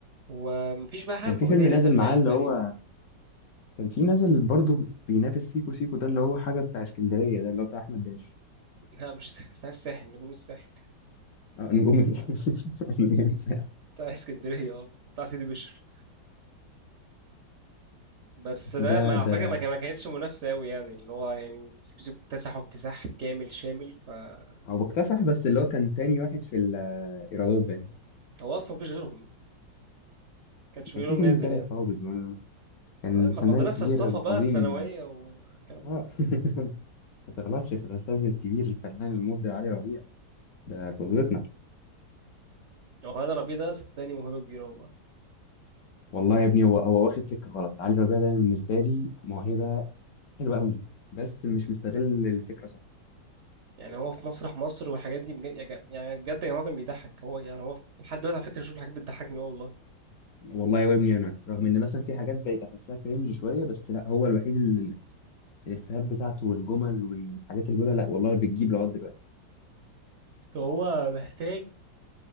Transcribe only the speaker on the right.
ومفيش بقى حاجه
كوميديه
نازله
في العيد
تقريبا
<laughs> لا مش الس- بتاع الساحل نجوم الساحل
بتاع اسكندريه اه بتاع سيدي بشر بس ده
ما على
فكره ما كان- ما كانتش منافسه قوي يعني اللي هو يعني سيكو سيكو اكتسحوا اكتساح كامل شامل فهو
اصلا مفيش غيرهم ما كانش في
غيرهم
نازل
يعني
اما
مدرسه
الصفا
بقى الثانويه والكلام ده
هو هذا ربيع ده صدقني موهبه كبيره والله
يعني هو في مسرح مصر والحاجات دي بجد يا جم- يعني بجد يا جماعه كان بيضحك هو يعني هو لحد دلوقتي على فكره بشوف الحاجات بتضحكني اه والله
فهو محتاج